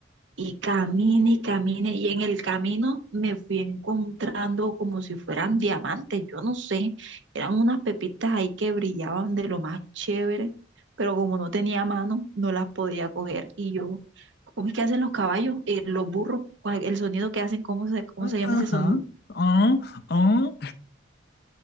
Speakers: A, on the right; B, on the left.
A: y camine y camine y en el camino me fui encontrando como si fueran diamantes, yo no sé, eran unas pepitas ahí que brillaban de lo más chévere, pero como no tenía mano, no las podía coger y yo, ¿cómo es que hacen los caballos, eh, los burros, cuál- el sonido que hacen, cómo se, cómo
B: Ah,
A: se llama
B: Ajá.
A: ese sonido?
B: Ah, ah.